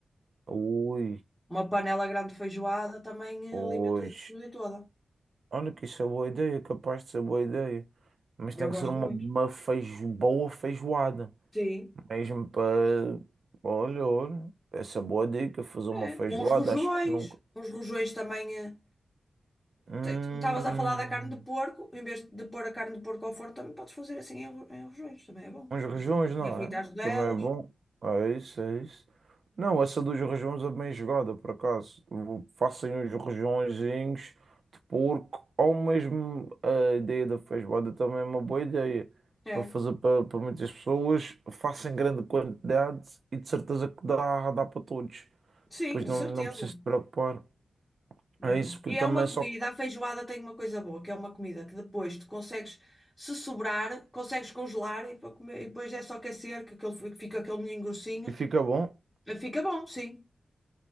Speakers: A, on the right; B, in the centre.
A: Ui,
B: Uma panela grande de feijoada também
A: pois.
B: alimenta a família toda.
A: Olha que isso é boa ideia, é capaz de ser boa ideia. Mas
B: Eu
A: tem
B: gosto
A: que ser uma,
B: muito.
A: uma feijo, boa feijoada.
B: Sim.
A: Mesmo para. Olha, olha, essa é boa dica, fazer uma
B: É.
A: feijoada,
B: Uns rojões.
A: acho que nunca.
B: Uns rojões também. eh,
A: Hum.
B: Te- Tu estavas a falar da carne de porco, em vez de pôr a carne de porco ao forno, também podes fazer assim em, ro- em rojões, também é bom.
A: Uns rejuns,
B: Uma batatinha
A: não
B: frita
A: é?
B: às rodelas.
A: Também é bom. É isso, é isso. Não, essa dos rejuns é bem jogada, por acaso. Vou- Façam uns rejunzinhos de porco, ou mesmo a ideia da feijoada também é uma boa ideia.
B: É,
A: Para fazer para, para muitas pessoas, façam grande quantidade e de certeza que dá, dá para todos.
B: sim,
A: Depois
B: de
A: não,
B: certeza,
A: não preciso te preocupar.
B: mesmo.
A: É isso, porque
B: E
A: também
B: é uma
A: só.
B: comida, a feijoada tem uma coisa boa, que é uma comida que depois tu consegues, se sobrar, consegues congelar e, para comer, e depois é só aquecer, que aquele, fi- fica aquele molhinho grossinho.
A: E fica bom.
B: Eh, Fica bom, sim.